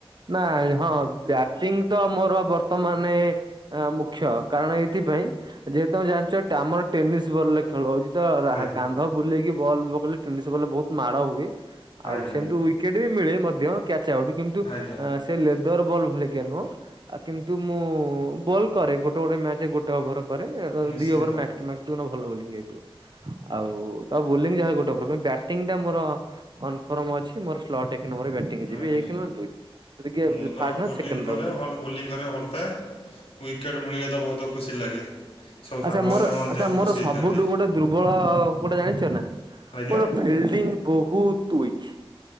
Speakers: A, on the right (about 50°); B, on the left (about 75°).
A: ନା ହଁ ବ୍ୟାଟିଂ ତ ମୋର ବର୍ତ୍ତମାନେ ମୁଁ ଖ୍ୟ କାରଣ ଏଇଥିପାଇଁ ଯେହେତୁ ତମେ ଜାଣିଛ ଆମର ଟେନିସ୍ ବଲ ଲେ ଖେଳ ହଉଛି ତ
B: ଆଜ୍ଞା
A: କାନ୍ଧ ବୁଲେଇକି ବଲ୍ ପକେଇଲେ ଟେନିସ ବଲ୍ ରେ ବହୁତ ମାଡ଼ ହୁଏ। ଆଉ
B: ଆଜ୍ଞା
A: ସେମିତି ୱିକେଟ ବି ମିଳେ ମଧ୍ୟ କ୍ୟାଚ ଆଉଟ୍ କିନ୍ତୁ
B: ଆଜ୍ଞା
A: ସେ ଲେଦର ବଲ୍ ଭଳିିକା ନୁହଁ ଆ କିନ୍ତୁ ମୁଁ ବଲ କରେ ଗୋଟେ ଗୋଟେ ମ୍ୟାଚରେ ଗୋଟେ ଓଭର କରେ
B: ନିଶ୍ଚିନ୍ତ
A: ଦି ଓଭର ମାକ୍ସ ଟୁ ମାକ୍ସ ଯଉଦିନ ଭଲ ବୋଲିଂ ହେଇଥିବ ଆଉ ତ ବୋଲି ଯାହାଲେ ଗୋଟେ ଓଭର କିନ୍ତୁ ବ୍ୟାଟ ଟ୍ଟିଂ ଟା ମୋର କନଫର୍ମ ଅଛି ମୋର ସ୍ଲଟ ଏକ ନଂର ବ୍ୟାଟିଂ। ବ୍ୟାଟିଂ ଯିବି
B: ଆଜ୍ଞା
A: ଏକ ନହେ ଦୁଇ ଜଦି ଗେ
B: ମୁଁ
A: ଫାଷ୍ଟ
B: ତ ବୋଲିଂ
A: ନ ସେକେଣ୍ଡ
B: କରେ
A: ରନରେ
B: ଭଲ
A: ଜିବି
B: ବୋଲିଂ କରିବାକୁ ଭଲପାଏ ୱିକେଟ୍ ମିଳିଲେ ତ ବହୁତ ଖୁସି ଲାଗେ। ସବୁ ସାଙ୍ଗମାନେ
A: ଆଚ୍ଛା ମୋର
B: ମଧ୍ୟ
A: ଆଚ୍ଛା
B: ଖୁସି
A: ମୋର
B: ହେଇଥାନ୍ତି
A: ସବୁଠୁ ଗୋଟେ ଦୁର୍ବଳ କଉଟା ଜାଣିଛ ନା?
B: ଆଜ୍ଞା
A: ମୋର ଫିଲ୍ଡିଂ ବହୁତ ଉଇକ୍।